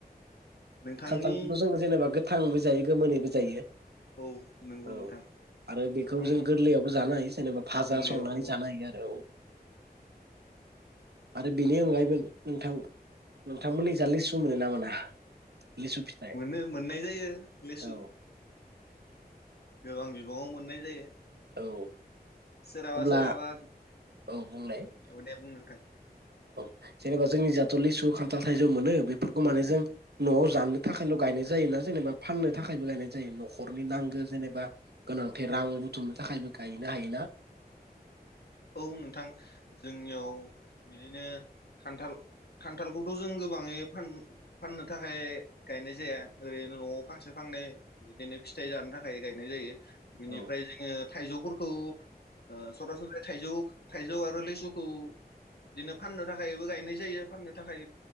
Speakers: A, on the left (about 75°); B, on the right (about 80°).
A: नोंथांनि
B: खान्थालखौथ' जोङो जेनेबा गोथांबो जायो गोमोनैबो जायो
A: औ नंगौ
B: औ
A: नोंथां
B: आरो बेखौ
A: आं
B: जों गोरलैयावबो जानो हायो जेनेबा भाजा
A: गोरलैयाव
B: संनानै
A: औ
B: जानो हायो आरो औ। आरो बेनि अनगायैबो नोंथां नोंथांमोनिजा लिसु मोनो ना मोना? लिसु फिथाइ
A: मोनो मोननाय जायो लेसु।
B: औ
A: गोबां बिबाङाव मोननाय जायो।
B: औ।
A: सोरहाबा
B: अब्ला
A: सोरहाबा
B: औ बुंलाय
A: औ दे बुं नोंथां
B: औ जेनेबा जोंनि जाथ' लिसु खान्थाल थाइजौ मोनो बेफोरखौ माने जों न'आव जानो थाखायल' गायनाय जायो ना जेनेबा फाननो थाखायबो गायनाय जायो न'खरनि नांगो जेनेबा गोनांथि रां बुथुमनो थाखायबो गायनो हायोना?
A: औ नोंथां जोंनियाव बिदिनो खान्थाल खान्थालखौथ' जों गोबाङै फान फाननो थाखाय गायनाय जाया। ओरैनो न'आव फांसे फांनै बिदिनो फिथाइ जानो थाखाय गायनाय जायो। बिनिफ्राय
B: औ
A: जोङो थाइजौफोरखौ ओ <unintelligible> जौ थाइजौ आरो लिसुखौ बिदिनो फाननो थाखायबो गायनाय जायो फाननो थाखाय